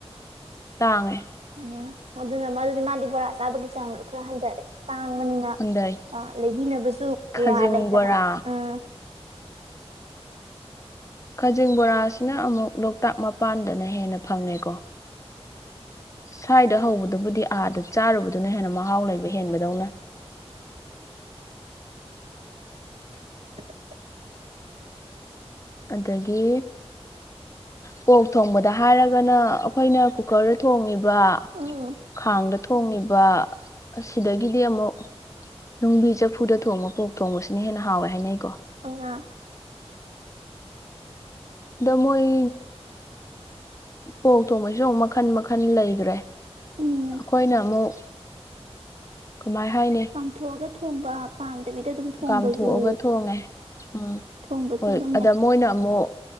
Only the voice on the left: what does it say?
ꯇꯥꯡꯉꯦ
ꯍꯟꯗꯩ
ꯈꯖꯤꯡ
ꯕꯣꯔꯥ
ꯈꯖꯤꯡ ꯕꯣꯔꯥꯁꯤꯅ ꯑꯃꯨꯛ ꯂꯣꯛꯇꯥꯛ ꯃꯄꯥꯟꯗꯅ ꯍꯦꯟꯅ ꯐꯪꯉꯦꯀꯣ ꯁ꯭ꯋꯥꯏꯗ ꯍꯧꯕꯗꯨꯕꯨꯗꯤ ꯑꯥꯗ ꯆꯥꯔꯨꯕꯗꯨꯅ ꯍꯦꯟꯅ ꯃꯍꯥꯎ ꯂꯩꯕ ꯍꯦꯟꯕꯗꯧꯅ
ꯑꯗꯒꯤ ꯀꯣꯛ ꯊꯣꯡꯕꯗ ꯍꯥꯏꯔꯒꯅ ꯑꯩꯈꯣꯏꯅ ꯀꯨꯀꯔꯗ ꯊꯣꯡꯉꯕ
ꯈꯥꯡꯗ ꯊꯣꯡꯉꯕ ꯑꯁꯤꯗꯒꯤꯗꯤ ꯑꯃꯨꯛ ꯅꯨꯡꯕꯤ ꯆꯐꯨꯗ ꯊꯣꯡꯕ ꯄꯣꯛ ꯊꯣꯡꯕꯁꯤꯅ ꯍꯦꯟꯅ ꯍꯥꯎꯋꯦ ꯍꯥꯏꯅꯩꯀꯣ
ꯗꯃꯣꯏ ꯄꯣꯛ ꯊꯣꯡꯕꯩꯁꯨ ꯑꯃꯨꯛ ꯃꯈꯟ ꯃꯈꯟ ꯂꯩꯈ꯭ꯔꯦ
ꯑꯩꯈꯣꯏꯅ ꯑꯃꯨꯛ ꯀꯃꯥꯏ ꯍꯥꯏꯅꯤ
ꯀꯥꯝꯊꯣꯛꯑꯒ ꯊꯣꯡꯉꯦ ꯎꯝ
ꯍꯣꯏ
ꯑꯗ
ꯃꯣꯏꯅ ꯑꯃꯨꯛ